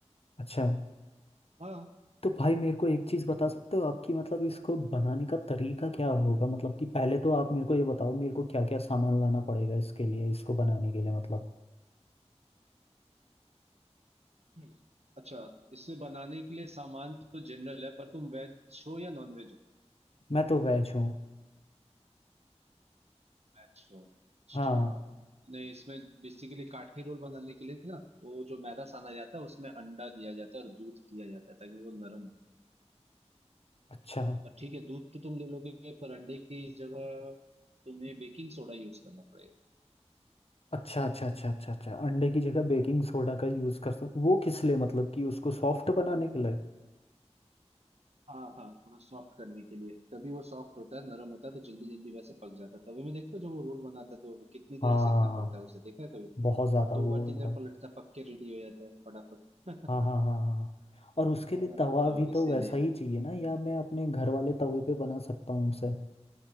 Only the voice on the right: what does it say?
हाँ
हम्म। अच्छा इससे बनाने के लिए सामान तो जनरल है पर तुम वेज हो या नॉन वेज हो
वेज हो अच्छा
नहीं इसमें बेसिकली काठे रोल बनाने के लिए ना वो जो मैदा साना जाता है उसमें अंडा दिया जाता है और दूध दिया जाता है ताकि वो नरम हो
और ठीक है दूध तो तुम ले लोगे पर अंडे की जगह तुम्हें बेकिंग सोडा यूज करना पड़ेगा
हाँ हाँ थोड़ा सॉफ्ट करने के लिए तभी वो सॉफ्ट होता है नरम होता है तो जल्दी जल्दी वैसे पक जाता है तभी मैं देखता हूँ जब वो रोल बनाता है तो कितनी देर
सेकना पड़ता है उसे देखा है कभी
दो
बार तीन
बार पलटता पक के रेडी हो जाता है फटाफट
<laughs>
है
ना
तो
इसीलिए